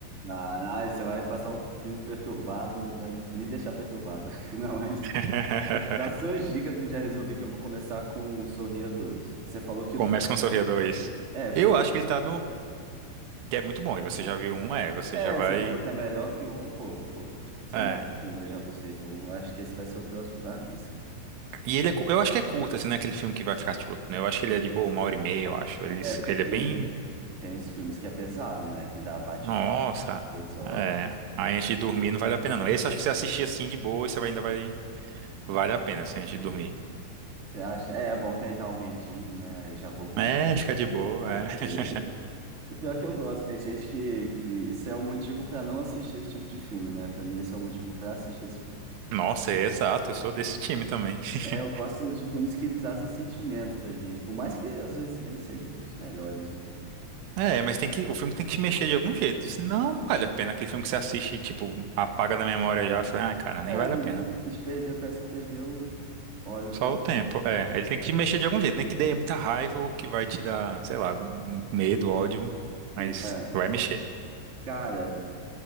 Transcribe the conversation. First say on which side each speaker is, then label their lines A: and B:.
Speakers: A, on the right (about 40°); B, on the right (about 80°).
A: Ah, aí você vai passar um filme perturbado, vai me deixar perturbado. <laughs> Não, mas
B: <laughs>
A: das suas dicas eu já resolvi que eu vou começar com o Sorria dois Que você falou que
B: Começa
A: o 2
B: com Sorria 2.
A: É, porque
B: Eu
A: você falou.
B: acho que ele tá no. Que é muito bom. E você já viu um, é. Você
A: É,
B: já vai.
A: você falou que é melhor que um, pô. Pô, tipo, se
B: É.
A: é melhor que um, eu já gostei do um. Acho que esse vai ser o próximo da lista.
B: E ele é. cu- Eu acho que é curto, assim, né? Aquele filme que vai ficar, tipo. né, Eu acho que ele é de boa, uma hora e meia, eu acho. Ele,
A: É,
B: se-
A: porque
B: ele
A: tem,
B: é bem.
A: tem uns filmes que é pesado, né? Que dá bate
B: Nossa,
A: três horas.
B: é. Aí antes de dormir não vale a pena não. Esse acho que você assistir assim de boa e você vai- ainda vai. Vale a pena assim antes de dormir.
A: Você acha? É, é bom que aí dá um medinho, né? Eu já vou com
B: É, fica de boa,
A: a
B: é.
A: cabeça.
B: <laughs>
A: O pior é que eu gosto, tem gente que, que esse é o motivo pra não assistir esse tipo de filme, né? Pra mim, esse é o motivo pra assistir esse filme.
B: Nossa, é exato, eu sou desse time também. <laughs>
A: É, eu gosto de filmes que trazem sentimentos pra gente, por mais que às vezes nem sejam os melhores, né?
B: É, mas tem que, o filme tem que te mexer de algum jeito, senão não vale a pena. Aquele filme que você assiste, tipo, apaga da memória já, fala, ah, cara, nem
A: É, a
B: vale
A: gente
B: a pena.
A: perdeu, parece que perdeu horas
B: Só
A: da.
B: o tempo, é. Ele tem que te mexer de algum jeito, nem que dê muita raiva ou que vai te dar, sei lá, algum medo, ódio, mas
A: Não é?
B: vai mexer.
A: Cara,